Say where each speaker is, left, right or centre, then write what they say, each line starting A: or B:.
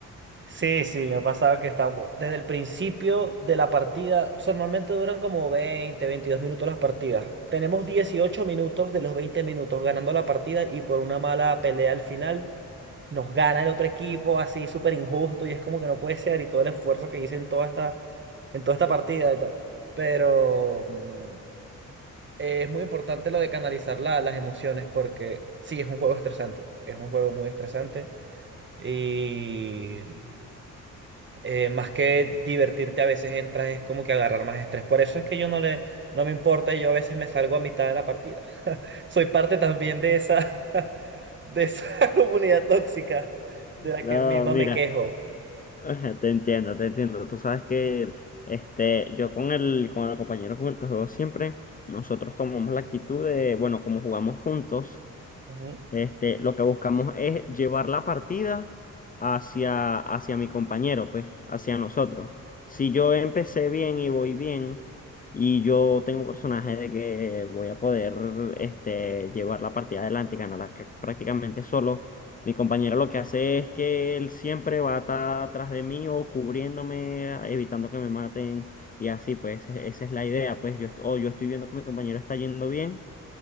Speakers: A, on the right; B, on the left.
A: Sí, sí, me ha pasado que estamos desde el principio de la partida, so- normalmente duran como 20 22 minutos las partidas. Tenemos 18 minutos de los 20 minutos ganando la partida y por una mala pelea al final nos gana el otro equipo así súper injusto y es como que no puede ser y todo el esfuerzo que hice en toda esta, en toda esta partida y tal. Pero mm, es muy importante lo de canalizar la- las emociones porque sí, es un juego estresante, es un juego muy estresante Y eh, más que divertirte a veces entras es como que agarrar más estrés. Por eso es que yo no le, no me importa y yo a veces me salgo a mitad de la partida. <laughs> Soy parte también de esa, <laughs> de esa <laughs> comunidad tóxica de la
B: No,
A: que misma
B: mira,
A: me quejo.
B: <laughs> te entiendo, te entiendo. Tú sabes que este, yo con el, con el compañero con el que juego siempre, nosotros tomamos la actitud de, bueno, como jugamos juntos.
A: Ujú.
B: Este, lo que buscamos es llevar la partida hacia, hacia mi compañero, pues, hacia nosotros. Si yo empecé bien y voy bien, y yo tengo un personaje de que voy a poder este, llevar la partida adelante y ganarla ca- prácticamente solo, mi compañero lo que hace es que él siempre va a estar atrás de mí o cubriéndome, evitando que me maten, y así, pues, e- esa es la idea, pues, yo, est- o yo estoy viendo que mi compañero está yendo bien.